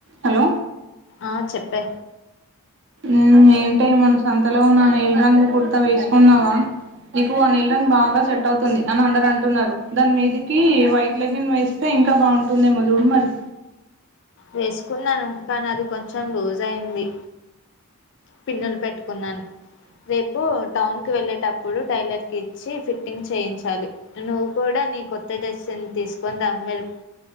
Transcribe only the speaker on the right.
Hello
ఉమ్ ఏంటే మొన్న సంతలో కోన్న ఆ నిల్ రంగు కుర్తా వేసుకున్నావా. నీకు ఆహ్ నిల్ రంగు బాగా సెట్ అవుతుంది అని అందరు అంటున్నారు దాని మీదకి వైట్ లెగ్గిన్ వేస్తే ఇంకా బాగుంటుందేమో చూడు మరి.